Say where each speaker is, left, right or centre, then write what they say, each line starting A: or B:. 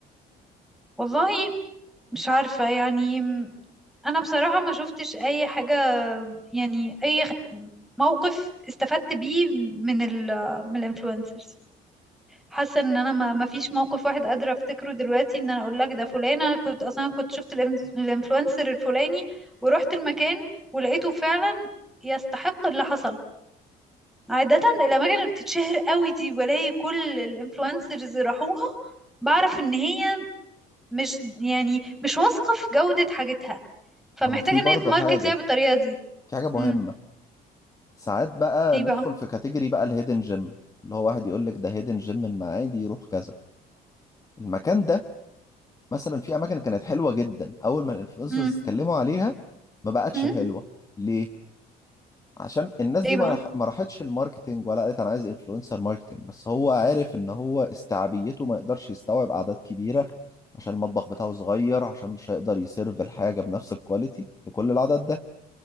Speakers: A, in the centre; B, on the left.
A: والله مش عارفة يعني أنا بصراحة ما شفتش أي حاجة يعني أي خ- موقف استفدت بيه من ال من الانفلونسرز حاسه ان انا ما ما فيش موقف واحد قادره افتكره دلوقتي ان انا اقول لك ده فلانه كنت اصلا كنت شفت الإنف- الانفلونسر الفلاني ورحت المكان ولقيته فعلا يستحق اللي حصل عاده الاماكن اللي بتتشهر قوي دي بلاقي كل الانفلونسرز راحوها بعرف ان هي مش يعني مش واثقه في جوده حاجتها فمحتاجه
B: ما هو في
A: ان
B: برضه
A: هي تماركت
B: حاجه
A: ليها بالطريقه دي
B: في حاجه مهمه
A: امم
B: ساعات بقى
A: ايه
B: ندخل
A: بقى
B: في كاتيجوري بقى الهيدن جيم اللي هو واحد يقول لك ده هيدن جيم من معادي يروح كذا المكان ده مثلا في اماكن كانت حلوه جدا اول ما الانفلونسرز
A: امم
B: اتكلموا عليها ما بقتش
A: امم
B: حلوه ليه عشان الناس دي
A: ايه بقى
B: ما راح- ما راحتش الماركتينج ولا قالت انا عايز انفلونسر ماركتينج بس هو عارف ان هو استيعابيته ما يقدرش يستوعب اعداد كبيره عشان المطبخ بتاعه صغير عشان مش هيقدر يسيرف الحاجه بنفس الكواليتي لكل العدد ده